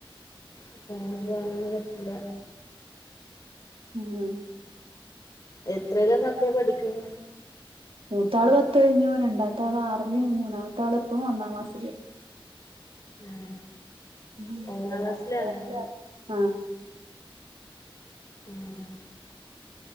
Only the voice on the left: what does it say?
അപ്പൊ അങ്ങനെ പോക്കാനൊന്നു പറ്റില്ല.
എത്രയിലാ മക്കളെ പഠിക്കുന്നേ?
ആഹ്
ഒന്നാം ക്ലാസ്സിലാണോ
ആഹ്